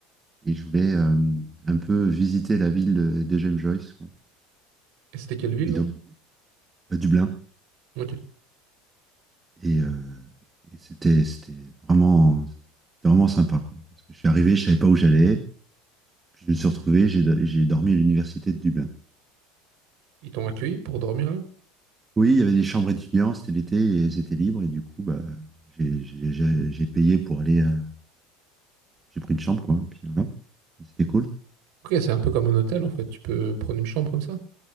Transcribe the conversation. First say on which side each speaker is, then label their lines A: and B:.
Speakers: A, on the right; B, on the right.
A: Et je voulais euh, un peu visiter la ville de, de James Joyce quoi.
B: Et c'était quelle ville,
A: et
B: non?
A: donc à Dublin.
B: Ok.
A: Et, euh, et c'était c'était vraiment c'était vraiment sympa quoi. Parce que je suis arrivé, je savais pas où j'allais. Puis je me suis retrouvé, j'ai j'ai dormi à l'université de Dublin.
B: Ils t'ont accueilli pour dormir là?
A: Oui, il y avait des chambres étudiants, c'était l'été, et elles étaient libres, et du coup, bah, j'ai- j'ai j'ai- j'ai payé pour aller, euh, j'ai pris une chambre, quoi, puis voilà, c'était cool.
B: Ok, c'est un peu comme un hôtel en fait. Tu peux prendre une chambre comme ça.